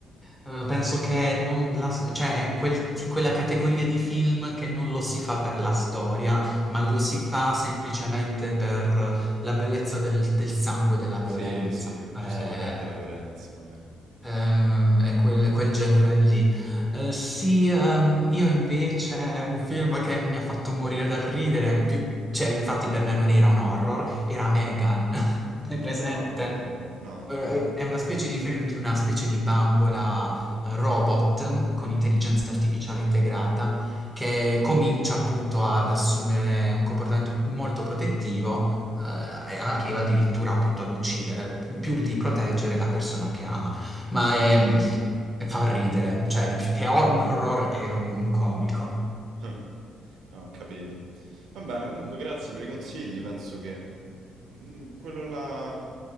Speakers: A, in the centre; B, on the right.
A: Eh, Penso che non la- cioè, è un quel ti- quella categoria di film che non lo si fa per la storia, ma lo si fa semplicemente per la bellezza del, del sangue e della
B: Sì,
A: violenza.
B: sì,
A: Eh,
B: giusto per rendere la violenza, magari.
A: ehm, è quel, quel genere lì. Eh, sì, ehm, io invece un film che mi ha fatto morire dal ridere, più- cioè, infatti per me non era un horror, era Megan. <laughs> È presente?
B: No, quello no. No.
A: Eh, È una specie di film di una specie di bambola eh, robot con intelligenza
B: Mh-mh.
A: artificiale integrata che comincia appunto ad assumere un comportamento molto protettivo eh, e arriva addirittura appunto ad uccidere, più di proteggere la persona che ama. Ma è-
B: Eh.
A: fa ridere, cioè più che un horror è un comico.
B: Eh. Ho capito. Va bene, comunque grazie per i consigli. Penso che, mhmm, quello là